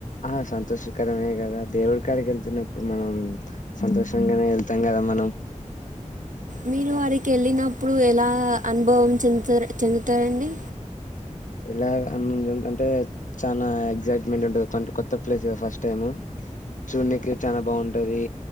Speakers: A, on the left; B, on the right.
A: ఆ సంతోషకరమే కదా, దేవుడి కాడికి ఎళ్తున్నప్పుడు మనం సంతోషంగానే వెళ్తాం కద. ద మనం
B: మీరు వారికి ఎళ్ళినప్పుడు ఎలా అనుభవం చెందుతరా చెందుతారండి?
A: ఇలా అందంటే చానా ఎగ్సైట్మెంట్ ఉంటది, కొన్ కొత్త ప్లేస్ కదా ఫస్ట్ టైము. చూడ్నికి చాలా బాగుంటది,